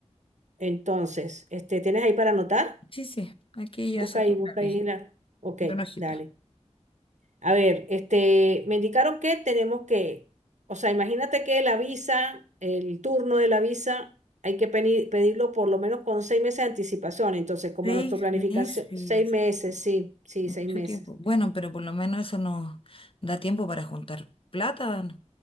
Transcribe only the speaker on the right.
Entonces, este, ¿tienes ahí para anotar?
Busca
ahí, busca
ahí la. Ok,
dale. A ver, este, me indicaron que tenemos que, o sea, imagínate que la visa, el turno de la visa, hay que peni- pedirlo por lo menos con seis meses de anticipación. Entonces, como
nuestra planificación,
seis meses, sí, sí,
seis meses.